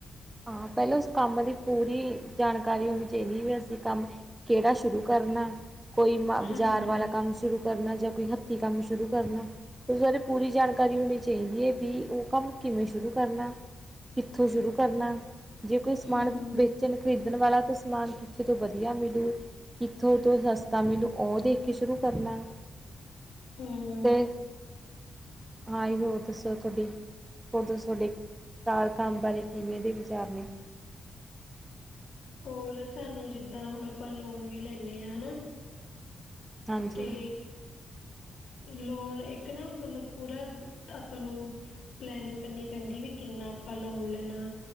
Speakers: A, on the right (about 20°); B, on the left (about 85°).
A: ਹਾਂ ਪਹਿਲਾਂ ਉਸ ਕੰਮ ਦੀ ਪੂਰੀ ਜਾਣਕਾਰੀ ਹੋਣੀ ਚਾਹੀਦੀ ਵੀ ਅਸੀਂ ਕੰਮ ਕਿਹੜਾ ਸ਼ੁਰੂ ਕਰਨਾ ਕੋਈ ਮ ਬਾਜ਼ਾਰ
B: ਹਾਂਜੀ
A: ਵਾਲਾ ਕੰਮ ਸ਼ੁਰੂ ਕਰਨਾ ਜਾਂ ਕੋਈ ਹੱਥੀਂ ਕੰਮ ਸ਼ੁਰੂ ਕਰਨਾ ਸਾਰੇ ਪੂਰੀ ਜਾਣਕਾਰੀ ਹੋਣੀ ਚਾਹੀਦੀ ਹੈ ਵੀ ਉਹ ਕੰਮ ਕਿਵੇਂ ਸ਼ੁਰੂ ਕਰਨਾ ਕਿੱਥੋਂ ਸ਼ੁਰੂ ਕਰਨਾ ਜੇ ਕੋਈ ਸਮਾਨ
B: ਹਮ
A: ਵੇਚਣ ਖਰੀਦਣ ਵਾਲਾ ਤਾਂ ਸਮਾਨ ਕਿੱਥੇ ਤੋਂ ਵਧੀਆ ਮਿਲੂ ਕਿੱਥੋਂ ਤ' ਸਸਤਾ ਮਿਲੂ ਉਹ ਦੇਖ ਕੇ ਸ਼ੁਰੂ ਕਰਨਾ
B: ਹਮ
A: ਤੇ' ਅਈ ਹੋਰ ਦੱਸੋ ਤੁਹਾਡੀ ਹੋਰਦਸੋ ਤੁਹਾਡੇ ਘਰਰ ਕੰਮ ਬਾਰੇ ਕਿਵੇਂ ਦੇ ਵਿਚਾਰ ਨੇ
B: ਹੋਰ ਸਾਨੂੰ ਜਿੱਦਾਂ ਹੁਣ ਆਪਾਂ ਲੋਨ ਵੀ ਲੈਂਦੇ ਹਾਂ ਹਨਾ
A: ਹਾਂਜੀ
B: ਤੇ ਲੋਨ ਇੱਕ ਨਾ ਮਤਲਬ ਪੂਰਾ ਆਪਾਂ ਨੂੰ। ਪਲੈਨਿੰਗ ਕਰਨੀ ਪੈਂਦੀ ਵੀ ਕਿੰਨਾ ਆਪਾਂ ਲੋਨ ਲੈਣਾ